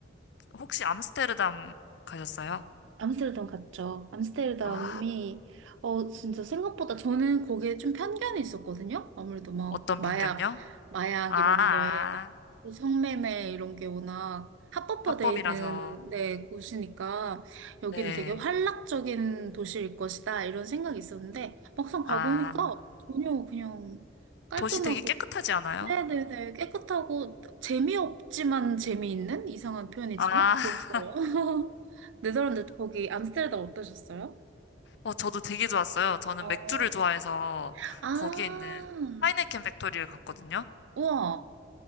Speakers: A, on the left; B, on the right.
A: 혹시 암스테르담 가셨어요?
B: 암스테르담 갔죠. 암스테르담이,
A: 아,
B: 어, 진짜 생각보다 저는 거기에 좀 편견이 있었거든요. 아무래도 막,
A: 어떤
B: 마약,
A: 편견요?
B: 마약
A: 아,
B: 이런
A: 아,
B: 거에, 또 성매매 이런 게 워낙 합법화되어
A: 합법이라서.
B: 있는 네, 곳이니까, 여기는
A: 네.
B: 되게 활락적인 도시일 것이다, 이런 생각이 있었는데, 막상 가보니까
A: 아,
B: 전혀 그냥 깔끔하고,
A: 도시 되게 깨끗하지 않아요?
B: 네네네. 깨끗하고 재미없지만 재미있는 이상한 표현이지만
A: 아,
B: 그랬어요. <laughs> 네덜란드 거기 암스테르담 어떠셨어요?
A: 어, 저도 되게 좋았어요. 저는
B: 어.
A: 맥주를 좋아해서
B: 아,
A: 거기에 있는 하이네켄 팩토리를 갔거든요.
B: 우와,